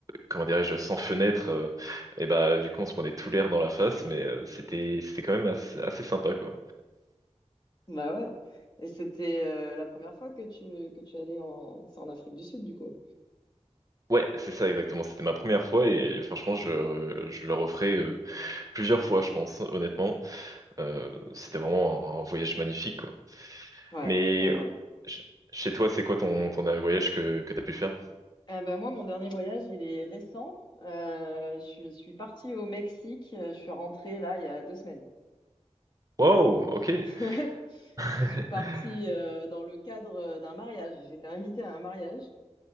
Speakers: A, on the right; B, on the left.
A: comment dirais-je, sans fenêtre, euh, et bah du coup on se prenait tout l'air dans la face, mais euh, c'était c'était quand même assez, assez sympa quoi.
B: Bah ouais. Et c'était euh, la première fois que tu que tu allais en c'est en Afrique du Sud du coup.
A: Ouais, c'est ça exactement, c'était ma première fois et, franchement je, euh, je le referai euh, plusieurs fois je pense, honnêtement. Euh, c'était vraiment un, un voyage magnifique quoi.
B: Ouais.
A: Mais
B: euh.
A: euh, ch- chez toi c'est quoi ton, ton dernier voyage que, que t'as pu faire?
B: Eh ben moi mon dernier voyage il est récent. Euh, je suis partie au Mexique. euh, Je suis rentrée là il y a deux semaines.
A: Wow,
B: Donc
A: ok.
B: je, <laughs>
A: <laughs>
B: je suis partie euh, dans le cadre euh, d'un mariage. J'étais invitée à un mariage